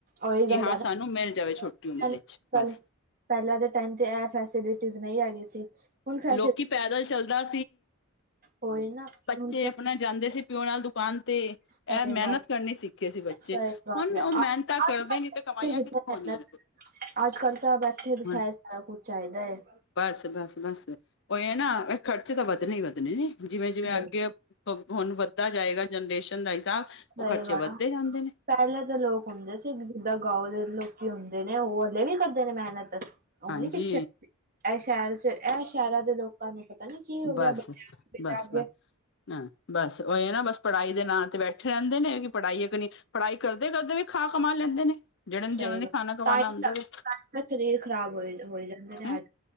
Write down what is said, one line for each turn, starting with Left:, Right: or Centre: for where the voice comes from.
Right: ਉਹੀ
Left: ਕਿ
Right: ਗੱਲ
Left: ਹਾਂ
Right: ਹੈ
Left: ਸਾਨੂੰ ਮਿਲ ਜਾਵੇ ਛੋਟੀ
Right: ਨਾ
Left: ਉਮਰ ਇੱਚ
Right: ਕੱਲ
Left: ਬਸ
Right: ਪਹਿਲਾਂ ਦੇ ਟਾਇਮ ਤੇ ਇਹ ਫੈਸਿਲਿਟੀਸ ਨਹੀਂ ਹੈਗੀ ਸੀ ਹੁਣ ਫੈਸ
Left: ਲੋਕੀ ਪੈਦਲ ਚੱਲਦਾ
Right: ਉਹੀ ਨਾ ਹਮ
Left: ਚੇ ਆਪਣਾ ਜਾਂਦੇ ਸੀ ਪਿਓ ਨਾਲ ਦੁਕਾਨ ਤੇ
Right: ਸਹੀ
Left: ਏਹ ਮਿਹਨਤ
Right: ਗੱਲ
Left: ਕਰਨੀ ਸਿੱਖੇ ਸੀ ਬੱਚੇ
Right: ਸਹੀ ਗੱਲ
Left: ਹੁਣ
Right: ਹੈ
Left: ਉਹ ਮਿਹਨਤਾਂ
Right: ਅੱਜ
Left: ਕਰਦੇ
Right: ਕੱਲ
Left: ਨੀ ਤੇ
Right: ਬੱਚੇ
Left: ਕਮਾਈਆਂ
Right: ਕਿੱਥੇ
Left: ਕਿਥੋਂ
Right: ਮਿਹਨਤ
Left: ਹੋਣੀਆਂ ਨੇ
Right: ਅੱਜ ਕੱਲ ਤਾਂ ਬੈਠੇ ਬਿਠਾਏ
Left: ਹੁਣ
Right: ਸਾਰਾ ਕੁੱਛ ਚਾਹੀਦਾ ਹੈ
Left: ਬਸ ਬਸ ਬਸ ਉਹੀ ਹੈ ਨਾ ਖਰਚੇ ਤਾਂ ਵੱਧਣੇ ਹੀ ਵਧਣੇ ਨੇ ਜਿਵੇਂ
Right: ਨਾ
Left: ਜਿਵੇਂ <unintelligible> ਹੁਣ ਵੱਧਦਾ ਜਾਏਗਾ ਜਨਰੇਸ਼ਨ ਦਾ ਹਿਸਾਬ ਉਹ
Right: ਹੋਏਗਾ
Left: ਖਰਚੇ ਵੱਧਦੇ
Right: ਨਾ
Left: ਜਾਂਦੇ ਨੇ
Right: ਪਹਿਲਾਂ ਦੇ ਲੋਕ ਹੁੰਦੇ ਸੀ ਜਿੱਦਾਂ ਗਾਂਓ ਦੇ ਲੋਕੀ ਹੁੰਦੇ ਨੇ ਉਹ ਹਲੇ ਵੀ ਕਰਦੇ ਨੇ ਮਿਹਨਤ
Left: ਹਾਂਜੀ
Right: ਉਹ ਨੀ ਪਿੱਛੇ ਇਹ ਸ਼ਹਿਰ ਚ ਇਹ ਸ਼ਹਿਰਾਂ ਦੇ ਲੋਕ ਤੁਹਾਨੂੰ ਪਤਾ ਨੀ ਕੀ ਹੋ
Left: ਬਸ
Right: ਗਿਆ <unintelligible>
Left: ਬਸ ਬਸ ਹਾਂ ਬਸ ਉਹੀ ਨਾ ਬਸ ਪੜ੍ਹਾਈ ਦੇ ਨਾਂ ਤੇ ਬੈਠ ਠੇ ਰਹਿੰਦੇ ਨੇ ਕਿ ਪੜ੍ਹਾਈ ਹੈ ਕਿ ਨਹੀਂ ਪੜ੍ਹਾਈ ਕਰਦੇ ਕਰਦੇ ਵੀ ਖਾ ਕਮਾ ਲੈਂਦੇ ਨੇ ਜਿਹੜੇ
Right: ਸਹੀ
Left: ਜਿਹਨਾਂ ਨੇ
Right: ਗੱਲ
Left: ਖਾਣਾ ਕਮਾਉਣਾ
Right: ਤਾਂਹੀ
Left: ਹੁੰਦਾ
Right: ਤਾਂ
Left: ਵਾ
Right: ਤਾਹੀਂ ਸ਼ਰੀਰ ਖ਼ਰਾਬ ਹੋਈ ਹੋਈ ਜਾਂਦੇ ਨੇ
Left: ਹੈਂ
Right: ਅੱਜ